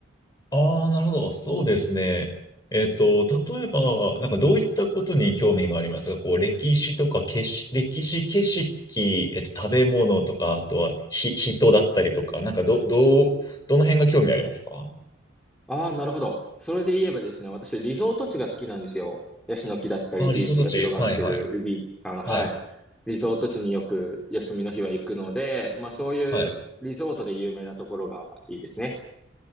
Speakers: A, on the left; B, in the centre.
A: ああ、なるほど。そうですね。えっと、例えば、なんかどういったことに興味がありますかこう、歴史とかけし、歴史、景色、えっと、食べ物とか、あとはひ、人だったりとか、なんかど、どう、どの辺が興味ありますか
B: ああ、なるほど。それで言えばですね、私、リゾート地が好きなんですよ。ヤシの木だったり、
A: ああー、
B: ビーチが広がってる、
A: 理想たち。はい、はい。
B: ビ、あの、はい。
A: はい。
B: リゾート地によく休みの日は行くので、まあそういうリゾートで有名なところがいいですね。
A: はい。